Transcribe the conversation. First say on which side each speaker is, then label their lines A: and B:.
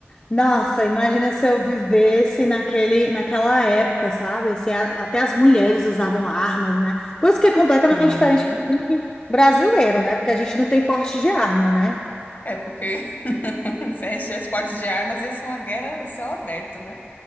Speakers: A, on the left; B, on the left.
A: Nossa, imagina se eu vivesse naquele, naquela época, sabe? Assim, a- até as mulheres usavam armas, né? Coisa que é completamente
B: Hum.
A: diferente do brasileiro, né? Porque a gente não tem porte de arma, né?
B: É porque <laughs> se a gente tivesse porte de armas, ia ser uma guerra a céu aberto, né?